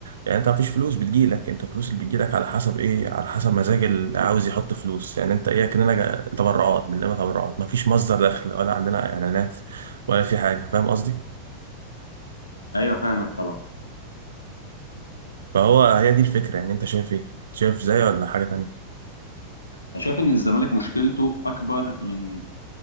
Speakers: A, on the right (about 65°); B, on the left (about 80°).
A: يعني انت مفيش فلوس بتجيلك انت الفلوس اللي بتجيلك على حسب ايه على حسب مزاج اللي عاوز يحط فلوس يعني انت ايه كأننا جا- تبرعات بنلم تبرعات مفيش مصدر دخل ولا عندنا اعلانات ولا في حاجة فاهم قصدي
B: ايوه فاهمك طبعا
A: فهو هي دي الفكرة يعني انت شايف ايه شايف زي ولا حاجة تانية
B: انا شايف ان الزمالك مشكلته اكبر من